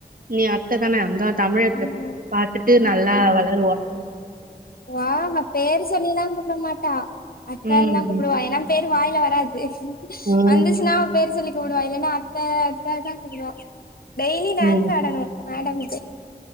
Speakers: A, on the right; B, on the left.
A: நீ அத்ததானே அந்த தமிழத்த
B: ஆமா.
A: பாத்துட்டு
B: ம்,
A: நல்லா
B: ம்.
A: வளருவா
B: வா பேரு சொல்லில்லா கூப்ட மாட்டா அத்தன்
A: ம்
B: தா கூப்டுவா ஏனா பேரு வாயில வராது
A: ம்
B: வந்துச்சுனா பேர் சொல்லி கூப்டுவா இல்லன்னா அத்த அத்தன் தா கூப்புடுவா டெய்லி டேன்ஸ்
A: ம்
B: ஆடணு மேடம்க்கு